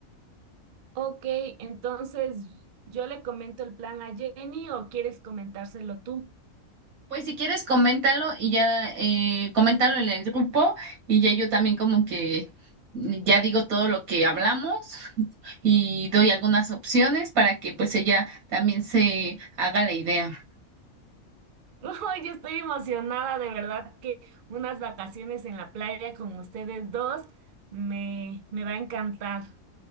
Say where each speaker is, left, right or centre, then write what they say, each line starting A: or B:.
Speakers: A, on the right; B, on the right.
A: Ok, entonces yo le comento el plan a Jenny o quieres comentárselo tú.
B: Pues si quieres, coméntalo y ya, eh, coméntalo en el grupo y ya yo también como que ya digo todo lo que hablamos <laughs> y doy algunas opciones para que pues ella también se haga la idea. <laughs>
A: <laughs> Ay, yo estoy emocionada, de verdad que unas vacaciones en la playa con ustedes dos me, me va a encantar.